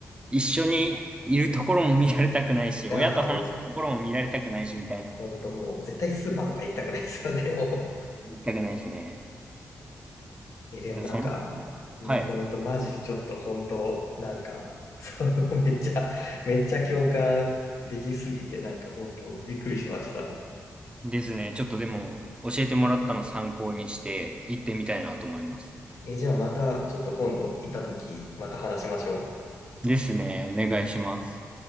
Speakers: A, on the right (about 20°); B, on the left (about 65°).
A: 一緒にいるところも見られたくないし、
B: う。
A: <laughs> 親と話してるところも見られたくないし、
B: いやー、も
A: みたいな。
B: う、ほんともう、絶対スーパーとか行きたくないですよね、も
A: 見たくないですね。
B: う。え、でもなんか、
A: その、
B: ね、
A: はい。
B: ほんとマジ、ちょっとほんと、なんか、その、めっちゃ、めっちゃ共感できすぎて、なんかほんと、びっくりしました。
A: ですね。ちょっとでも、教えてもらったの参考にして、行ってみたいなと思います。
B: え、じゃあまた、ちょっと今度行った時、また話しましょう。
A: ですね。お願いします。